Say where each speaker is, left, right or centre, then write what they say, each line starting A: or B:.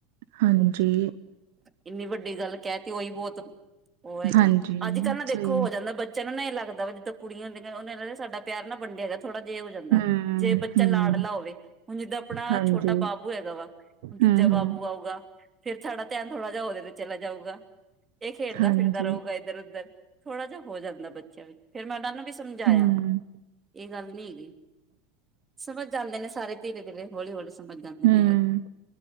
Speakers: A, on the right; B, on the right.
A: ਹਾਂਜੀ
B: ਇੰਨੀ ਵੱਡੀ ਗੱਲ ਕਹਿਤੀ ਉਹੀ ਬਹੁਤ ਉਹ ਹੈਗਾ।
A: ਹਾਂਜੀ
B: ਅੱਜ ਕੱਲ੍ਹ ਨਾ ਦੇਖੋ
A: ਸਹੀ
B: ਹੋ ਜਾਂਦਾ ਬੱਚਿਆਂ ਨੂੰ ਨਾ ਇਹ ਲੱਗਦਾ ਵਾ ਜਦੋਂ ਕੁੜੀਆਂ ਹੁੰਦੀਆਂ ਉਹਨੂੰ ਲੱਗਦਾ ਸਾਡਾ ਪਿਆਰ ਨਾ ਵੰਡਿਆ। ਥੋੜਾ ਜਿ ਹੋ ਜਾਂਦਾ
A: ਹਮ
B: ਜੇ ਬੱਚਾ
A: ਹਮ
B: ਲਾਡਲਾ ਹੋਵੇ ਹੁਣ ਜਿੱਦਾਂ ਆਪਣਾ
A: ਹਾਂਜੀ
B: ਛੋਟਾ ਬਾਬੂ ਹੈਗਾ ਵਾਂ। ਦੂਜਾ
A: ਹਮ
B: ਬਾਬੂ
A: ਹਮ
B: ਆਊਗਾ ਫੇਰ ਸਾਡਾ ਧਿਆਨ ਥੋੜ੍ਹਾ ਜਹਾ ਉਹਦੇ ਤੇ ਚਲਾ ਜਾਊਗਾ ਇਹ ਖੇਡਦਾ
A: ਹਾਂਜੀ
B: ਫਿਰਦਾ ਰਹੂਗਾ ਇੱਧਰ ਉੱਧਰ ਥੋੜਾ ਜਿਹਾ ਹੋ ਜਾਂਦਾ ਬੱਚਿਆਂ ਵਿੱਚ ਫਿਰ ਮੈਂ ਉਹਨਾਂ ਨੂੰ, ਵੀ ਸਮਝਾਇਆਂ
A: ਹਮ
B: ਇਹ ਗੱਲ ਨੀ ਹੈਗੀ। ਸਮਝ ਜਾਂਦੇ ਨੇ ਸਾਰੇ ਧੀਰੇ ਧੀਰੇ ਹੌਲੀ ਹੌਲੀ ਸਮਝ ਜਾਂਦੇ
A: ਹਮ
B: ਨੇ,